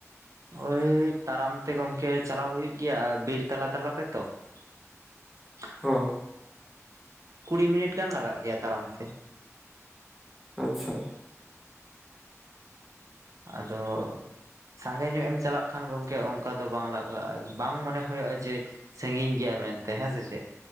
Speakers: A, on the right (about 75°); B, in the centre.
A: ᱳᱭ ᱛᱟᱲᱟᱢ ᱛᱮ ᱜᱚᱝᱠᱮ ᱪᱟᱞᱟᱣ ᱦᱩᱭᱩᱜ ᱜᱮᱭᱟ ᱵᱤᱨ ᱛᱟᱞᱟ ᱛᱟᱞᱟ ᱛᱮᱛᱚ <inaudible>
B: ᱚᱸ
A: ᱠᱩᱲᱤ ᱢᱤᱱᱤᱴ ᱜᱟᱱ ᱞᱟᱜᱟᱜ ᱜᱮᱭᱟ ᱛᱟᱲᱟᱢ ᱛᱮ
B: ᱚ ᱟᱪᱪᱷᱟ
A: ᱟᱫᱚ ᱥᱟᱸᱜᱮ ᱧᱚᱜ ᱮᱢ ᱪᱟᱞᱟᱜ ᱠᱷᱟᱱ ᱜᱚᱝᱠᱮ ᱚᱱᱠᱟ ᱫᱚ ᱵᱟᱝ ᱞᱟᱜᱟᱜᱼᱟ ᱵᱟᱝ ᱢᱚᱱᱮ ᱦᱩᱭᱩᱜᱼᱟ ᱡᱮ ᱥᱟᱺᱜᱤᱧ ᱜᱮᱭᱟ ᱢᱮᱱᱛᱮ ᱦᱮᱸ ᱥᱮ ᱪᱮᱫ